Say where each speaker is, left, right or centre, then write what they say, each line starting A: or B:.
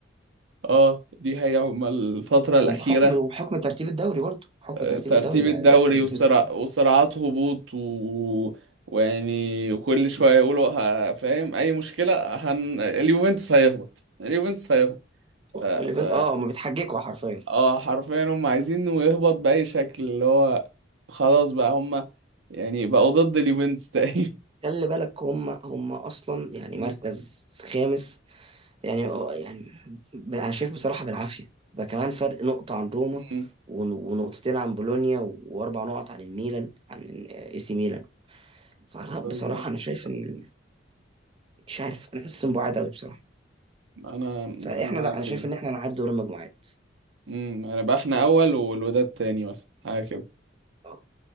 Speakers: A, on the right; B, on the right.
A: اه دي هي هما الفترة الأخيرة
B: وبحكم وبحكم ترتيب الدوري برضه بحكم
A: آه،
B: ترتيب
A: ترتيب
B: الدوري ده
A: الدوري
B: ده, ده يثبت
A: والصراع وصراعات هبوط و... ويعني وكل شوية يقولوا ه... فاهم أي مشكلة هن... اليوفنتوس هيهبط اليوفنتوس هيهبط ف...
B: الايفنت
A: ف...
B: اه ما بتحججوا حرفيا
A: اه حرفيا هم عايزينه يهبط بأي شكل اللي هو خلاص بقى هم يعني بقوا ضد اليوفنتوس تقريبا
B: خلي بالك هم هم اصلا يعني
A: <laughs> مم.
B: مركز خامس يعني آه، يعني ب- انا شايف بصراحه بالعافيه ده كمان فرق نقطه عن روما
A: مم.
B: ون- ونقطتين عن بولونيا واربع نقط عن الميلان عن اي سي ميلان فلا بصراحه
A: بالظبط
B: انا شايف ان مش عارف انا حاسس ان بعاد قوي بصراحه
A: انا انا
B: فاحنا
A: معاك
B: لا انا
A: في
B: شايف
A: دي
B: ان احنا نعدي دور المجموعات
A: امم هنبقى احنا اول والوداد تاني مثلا حاجه كده
B: آه.